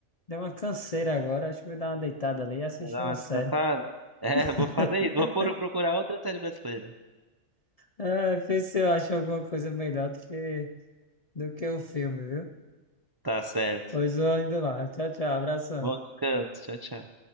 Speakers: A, on the left; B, on the right.
A: deu uma canseira agora, acho que vou dar uma deitada ali e assistir
B: Vou dar
A: uma
B: uma
A: série.
B: descansada? <laughs> É,
A: <laughs>
B: eu vou fazer isso. Vou por- procurar outra série brasileira.
A: É, ver se eu acho alguma coisa melhor do que, do que o filme, viu?
B: Tá certo.
A: Pois vou indo lá. Tchau, tchau, abração.
B: Bom descanso. Tchau, tchau.